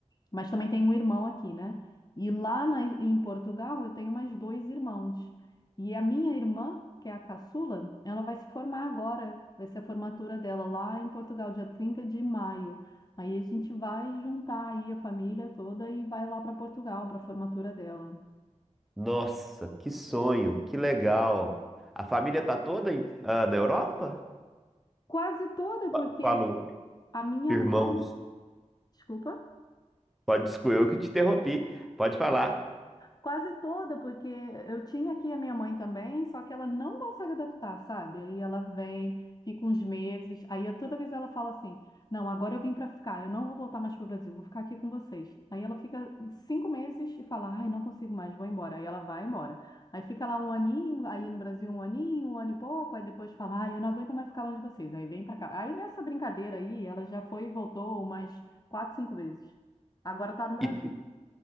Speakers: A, on the left; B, in the centre.
A: mas também tenho um irmão aqui, né? E lá na- em Portugal eu tenho mais dois irmãos. E a minha irmã, que é a caçula, ela vai se formar agora, vai ser a formatura dela lá em Portugal, dia 30 de maio. Aí a gente vai juntar aí a família toda e vai lá para Portugal para a formatura dela.
B: Nossa, que sonho, que legal. A família tá toda em- ah, na Europa?
A: Quase toda, porque
B: Eu falo,
A: a minha
B: irmãos,
A: mãe, desculpa.
B: pode desculpa, eu que te interrompi, pode falar.
A: Quase toda, porque eu tinha aqui a minha mãe também, só que ela não consegue adaptar, sabe? Aí ela vem, fica uns meses, aí eu- toda vez ela fala assim: Não, agora eu vim para ficar, eu não vou voltar mais para o Brasil, vou ficar aqui com vocês. Aí ela fica cinco meses e fala: Ai, não consigo mais, vou embora. Aí ela vai embora. Aí fica lá um aninho, aí no Brasil um aninho, um ano e pouco, aí depois fala: Ai, eu não aguento mais ficar longe de vocês. Aí vem para cá. Aí nessa brincadeira aí, ela já foi e voltou umas quatro, cinco vezes. Agora tá no Brasil.
B: E, e